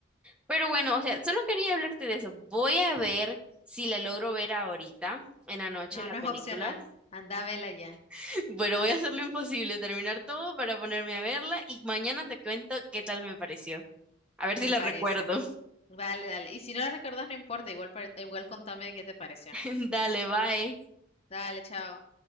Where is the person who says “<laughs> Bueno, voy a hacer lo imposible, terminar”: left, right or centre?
Centre